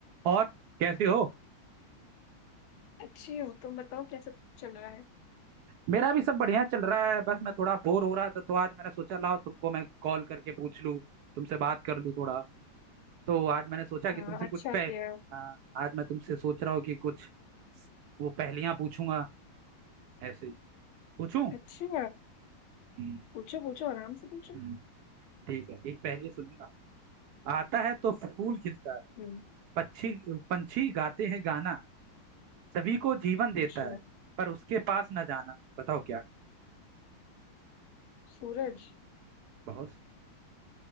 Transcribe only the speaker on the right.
और कैसी हो
मेरा भी सब बढ़िया चल रहा है बस मैं थोड़ा बोर हो रहा था तो आज मैंने सोचा लाओ तुमको मैं कॉल करके पूछ लूँ तुमसे बात कर लूँ थोड़ा तो आज मैंने सोचा कि
तुमसे
कुछ पे
हाँ, आज मैं तुमसे सोच रहा हूँ कि कुछ वो पहेलियां पूछूंगा ऐसे ही पूछूं
हम्म,
हम्म, ठीक है एक पहेली सुनूंगा आता है तो फूल खिलता है
पक्षी पंछी गाते हैं गाना सभी को जीवन देता
है पर उसके पास न जाना बताओ क्या
बहुत सही